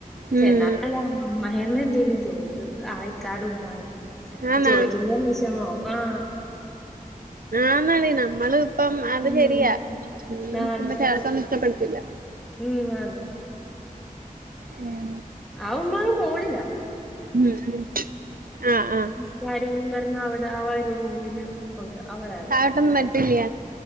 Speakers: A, on the right (about 80°); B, in the centre.
A: ഉം
B: ചെന്നാല് അമ്മാഹേമ്മ എന്തെലും ചോദിക്കും ആയ് ഇക്കാടെ ഉമ്മാടെ
A: ആന്നാ
B: ചോദിക്കുന്ന വിഷമാവും ആഹ്
A: ആന്നള് നമ്മള് ഇപ്പം അത്
B: ഉം
A: ശരിയാ
B: ആന്ന്
A: നിക്കുമ്പോ ചെലോൽക്കൊന്നും ഇഷ്ടപ്പെടത്തില്ല
B: ഉം ആണ്
A: ഉം
B: അത് ഒന്നാമത് മോള്ല്ലാ
A: ഉം ഉം ആ ആ
B: നിസ്കാരും കട്ന്ന് അവെടെ ആ ഒരു റൂമില് ഒണ്ട് അവിടാണ്
A: താഴോട്ടൊന്നും
B: അക്കാല
A: വരത്തില്ല്യ